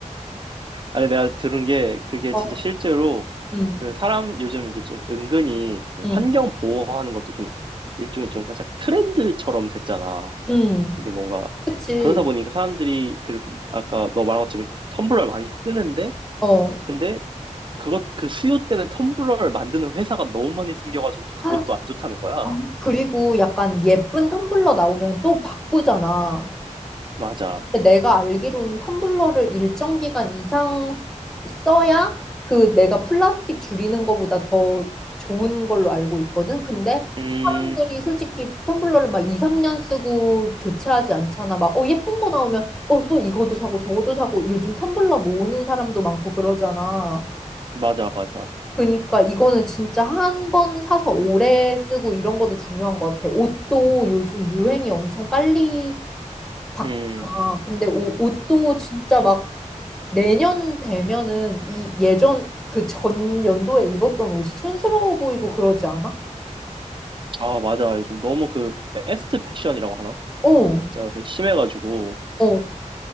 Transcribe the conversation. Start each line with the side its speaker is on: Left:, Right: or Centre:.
Right: 아니, 내가 들은 게, 그게
Centre: 어,
Right: 진짜 실제로,
Centre: 응,
Right: 그 사람, 요즘 이게 좀 은근히 그
Centre: 응,
Right: 환경 보호하는 것도 좀 일종의 좀 살짝 트렌드처럼 됐잖아.
Centre: 응.
Right: 이게 뭔가,
Centre: 그치.
Right: 그러다 보니까 사람들이 그렇게, 아까 너 말한 것처럼 이렇게 텀블러를 많이 쓰는데,
Centre: 어.
Right: 근데 그것, 그 수요 때문에 텀블러를 만드는 회사가 너무 많이 생겨가지고 또 그것도
Centre: 아,
Right: 안 좋다는 거야.
Centre: 그리고 약간 예쁜 텀블러 나오면 또 바꾸잖아.
Right: 맞아.
Centre: 근데 내가 알기로는 텀블러를 일정 기간 이상 쓰- 써야 그 내가 플라스틱 줄이는 것보다 더 좋은 걸로 알고 있거든. 근데
Right: 음,
Centre: 사람들이 솔직히 텀블러를 막 2, 3년 쓰고 교체하지 않잖아. 막, 어, 예쁜 거 나오면, 어, 또 이것도 사고 저것도 사고 요즘 텀블러 모으는 사람도 많고 그러잖아.
Right: 맞아, 맞아.
Centre: 그러니까 이거는 진짜 한 번 사서 오래 쓰고 이런 것도 중요한 것 같아. 옷도 요즘 유행이 엄청 빨리 바뀌잖아.
Right: 음,
Centre: 근데 옷, 옷도 진짜 막 내년 되면은 이 예전 그 전 연도에 입었던 옷이 촌스러워 보이고 그러지 않아?
Right: 아, 맞아. 요즘 너무 그, 패스트 패션이라고 하나?
Centre: 어, 어.
Right: 진짜 그게 심해가지고,
Centre: 어.